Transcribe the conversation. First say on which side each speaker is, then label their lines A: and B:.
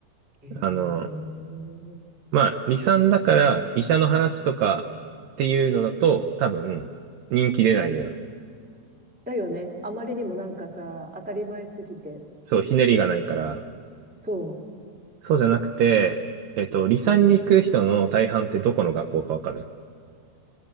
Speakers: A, in the centre; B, on the right.
A: へえ。
B: あの、まあ、離散だから医者の話とかっていうのだと、多分、人気出ないのよ。
A: だよね。あまりにもなんかさ、当たり前すぎて。
B: そう、ひねりがないから。
A: そ
B: そうじゃなくて、えっと、離散に行く人の大半ってどこの学校かわかる
A: う。うん。